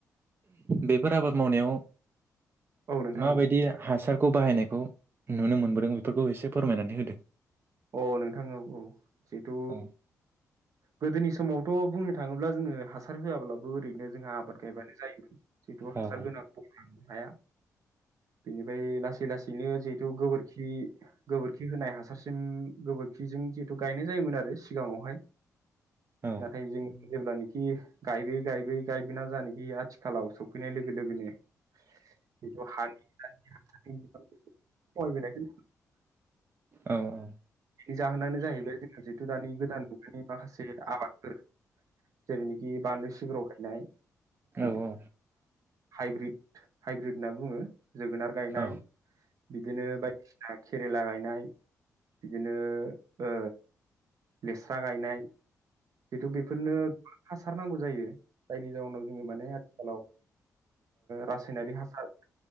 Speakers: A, on the right; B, on the right.
A: बेफोर आबाद मावनायाव
B: औ नोंथां
A: माबायदि हासार खौ बाहायनायखौ नुनो मोनबोदों बेफोरखौ एसे फोरमायनानै होदो।
B: अ नोंथां औ औ जिहेथु
A: औ
B: गोदोनि समावथ' बुंनो थाङोब्ला जोङो हास सार होआब्लाबो ओरैनो जोंहा आबाद गायबानो जायोमोन। जिहेथु हासार
A: औ
B: गोनां बुंनां हाया बेनिफ्राय लासै लासैनो जिहेथु गोबोरखि गोबोरखि होनाय हासार सिम गोबोरखिजों जिहेथु गायनाय जायोमोन आरो सिगाङावहाय
A: औ
B: नाथाय जोङो जेब्लानिखि गायबोयै गायबोयै गायबोना जानोखि आथिखालाव सफैनाय लोगो लोगोनो जिहेथु हानि बिबांखौ खमायबोनाय <inaudible>
A: औ औ
B: नि जाहोनानो जाहैबाय जोंहा जिहेथु दानि गोदान मुगानि माखासे आबादफोर जेरैनिखि बानलु सिब्र' गायनाय
A: औ
B: बिदिबा
A: औ
B: हाइब्रिद हाइब्रिद होनना बुङो जोगोनार गायनाय
A: औ
B: बिदिनो बायदिसिना केरेला गायनाय बिदिनो ओ लेस्रा गायनाय जिहेथु बेफोरनो हा सार नांगौ जायो जायनि जाउनाव जोङो माने आथिखालाव ओ रासायनारि हासार